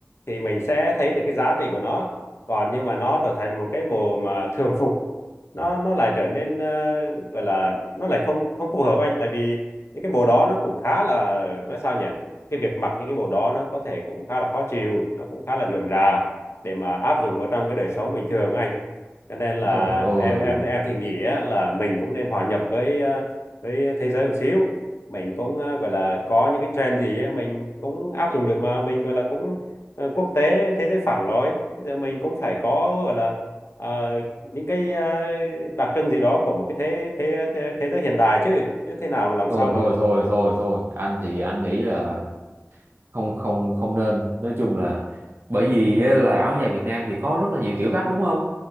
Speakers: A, on the left; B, on the right.
A: thì mình sẽ thấy được cái giá trị của nó còn nhưng mà nó trở thành một cái bộ mà thường phục nó nó lại trở nên ờ, gọi là nó lại không không phù hợp anh tại vì những cái bộ đó nó cũng khá là nói sao nhỉ cái việc mặc những cái bộ đó nó có thể cũng khá là khó chịu nó cũng khá là rườm rà để mà áp dụng vào trong cái đời sống bình thường á anh cho nên là
B: rồi ôi
A: em em em thì nghĩ á, là mình cũng nên hòa nhập với ờ, với thế giới một xíu mình cũng ờ, gọi là có những cái trend gì á, mình cũng áp dụng được mà mình gọi là cũng ờ, quốc tế thế giới phẳng rồi bây giờ mình cũng phải có gọi là ờ, những cái ờ, đặc trưng gì đó của một cái thế thế thế thế giới hiện đại chứ cứ thế nào mà làm
B: thôi
A: sao mà
B: thôi thôi thôi thôi anh thì anh nghĩ là không không không nên nói chung là bởi vì á, là áo dài Việt Nam thì có rất là nhiều kiểu cách đúng không